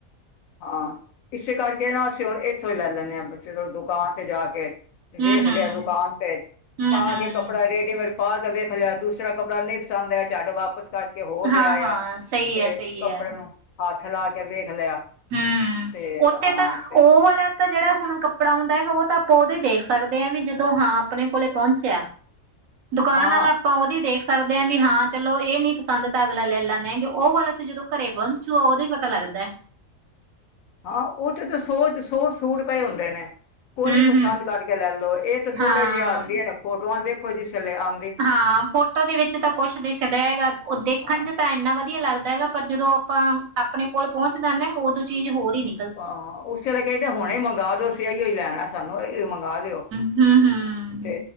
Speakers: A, on the left; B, on the right.
A: ਹਾਂ ਇਸੇ ਕਰਕੇ ਨਾ ਅਸੀਂ ਹੁਣ ਇੱਥੋਂ ਹੀ ਲੈ ਲੈਨੇ ਹਾਂ ਦੁਕਾਨ ਤੇ ਜਾ ਕੇ।
B: ਹੂੰ
A: ਵੇਖ
B: ਹੂੰ
A: ਲਿਆ ਦੁਕਾਨ ਤੇ।
B: ਹੂੰ
A: ਪਾ
B: ਹੂੰ
A: ਕੇ ਕੱਪੜਾ ਰੇਡੀਮੇਡ ਪਾ ਕੇ ਵੇਖ ਲਿਆ ਦੂਸਰਾ ਕੱਪੜਾ ਨਹੀਂ ਪਸੰਦ ਆਇਆ ਝੱਟ ਵਾਪਸ ਕਰਕੇ ਹੋਰ
B: ਹਾਂ
A: ਲੈ ਆਇਆ
B: ਹਾਂ ਸਹੀ
A: ਤੇ
B: ਹੈ ਸਹੀ
A: ਕੱਪੜੇ
B: ਹੈ
A: ਨੂੰ ਹੱਥ ਲਾ ਕੇ ਵੇਖ ਲਿਆ।
B: ਹਮ
A: ਤੇ
B: ਉੱਥੇ
A: ਹਾਂ ਤੇ
B: ਉਹ ਵਾਲਾ ਤਾਂ ਜਿਹੜਾ ਹੁਣ ਕੱਪੜਾ ਆਉਦਾ ਗਾ। ਉਹ ਤਾਂ ਆਪਾਂ ਉਦੋਂ ਹੀ ਦੇਖ ਸਕਦੇ ਹਾਂ ਵੀ ਜਦੋਂ ਹਾਂ ਆਪਣੇ ਕੋਲ ਪਹੁੰਚਿਆ। ਦੁਕਾਨ
A: ਹਾਂ
B: ਆਲਾ ਆਪਾਂ ਉਹਦੀ ਦੇਖ ਸਕਦੇ ਹਾਂ ਵੀ ਹਾਂ ਚਲੋ ਇਹ ਨੀ ਪਸੰਦ ਤਾਂ ਅਗਲਾ ਲੈ ਲੈਨੇ ਗੇ ਉਹ ਵਾਲਾ ਤਾਂ ਜਦੋਂ ਘਰੇ ਪਹੁੰਚੂ ਉਹਦੋ ਈ ਪਤਾ ਲੱਗਦਾ।
A: ਹਾਂ, ਉੱਥੇ ਤਾਂ ਸੋਹ ਚ ਸੋਰ ਸੂਟ ਪਏ ਹੁੰਦੇ ਨੇ।
B: ਹੂੰ
A: ਕੋਈ ਪਸੰਦ
B: ਹੂੰ
A: ਕਰਕੇ ਲੈਲੋ। ਇਹ ਤੇ ਥੋੜੇ
B: ਹਾਂ
A: ਜਿਹੇ ਆਂਦੇ ਨੇ ਫੋਟੋਆਂ ਦੇਖੋ ਦੇ ਕਿਸੇ ਆ।
B: ਹਾਂ, ਫੋਟੋ ਦੇ ਵਿੱਚ ਕੁੱਛ ਦਿਖਦਾ ਹੈਗਾ ਉਹ ਦੇਖਣ
A: ਹਾਂ
B: ਚ ਤਾਂ ਇੰਨਾ ਵਧੀਆ ਲੱਗਦਾ ਹੈਗਾ। ਪਰ ਜਦੋਂ ਆਪਾਂ ਆਪਣੇ ਕੋਲ ਪਹੁੰਚਦਾ ਨਾ ਉਦੋਂ ਚੀਜ਼ ਹੋਰ ਹੀ ਨੀ
A: ਹਾਂ, ਉਸੇ ਵੇਲੇ ਹੁਣੇ ਮੰਗਾ ਦਿਓ ਅਸੀ ਅਹੀਓ ਹੀ ਲੈਣਾ ਸਾਨੂੰ ਇਹੋ ਮੰਗਾ ਦਿਓ।
B: ਹਮ ਹਮ।
A: ਤੇ